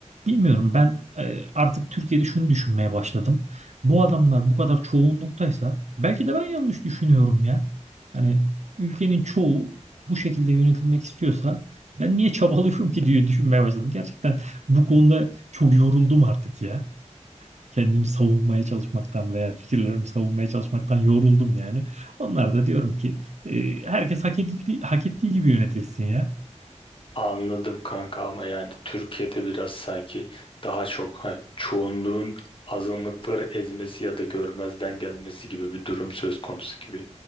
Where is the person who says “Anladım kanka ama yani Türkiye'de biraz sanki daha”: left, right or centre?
Left